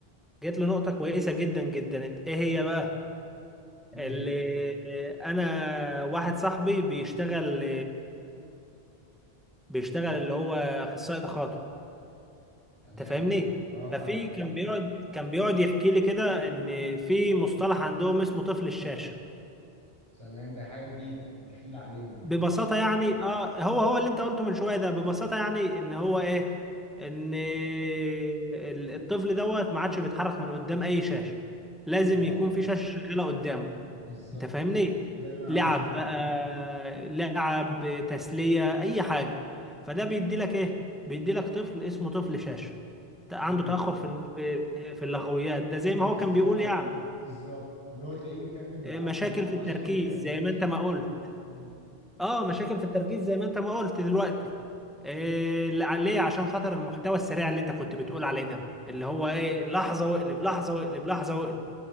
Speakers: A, in the centre; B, on the right.
A: جيت لنقطه كويسه جدا جدا انت ايه هي بقى
B: ليه
A: اللي
B: هي؟
A: انا واحد صاحبي بيشتغل بيشتغل اللي هو اخصائي تخاطب
B: تمام
A: انت فاهمني
B: اه اه
A: ففي
B: فاهمك
A: كان بيقعد كان بيقعد يحكي لي كده ان في مصطلح عندهم اسمه طفل الشاشه
B: تمام ده حاجة جديدة دخيلة عليهم يعني
A: ببساطه يعني اه هو هو اللي انت قلته من شويه ده ببساطه يعني ان هو ايه ان ال- الطفل دوت ما عادش بيتحرك من قدام اي شاشه لازم
B: اه
A: يكون في شاشه شغاله قدامه
B: بالظبط
A: انت فاهمني
B: ده اللي انا
A: لعب
B: قصدي عليه
A: بقى لعب تسلية اي حاجة فده بيدي لك ايه بيدي لك طفل اسمه طفل شاشة عنده
B: مم.
A: تأخر في في في اللغويات ده زي
B: بالظبط
A: ما هو كان بيقول يعني
B: بالظبط اللي هو تلاقيه بيتكلم بالعافية
A: إيه، مشاكل
B: اللي هو
A: في
B: عشان
A: التركيز
B: ما بيتكلمش
A: زي ما انت ما قلت
B: مم.
A: اه مشاكل في التركيز زي ما انت ما قلت دلوقتي إيه
B: مم.
A: لا- ليه عشان خاطر المحتوى السريع اللي انت كنت بتقول عليه ده اللي هو ايه لحظة واقلب لحظة واقلب لحظة واقلب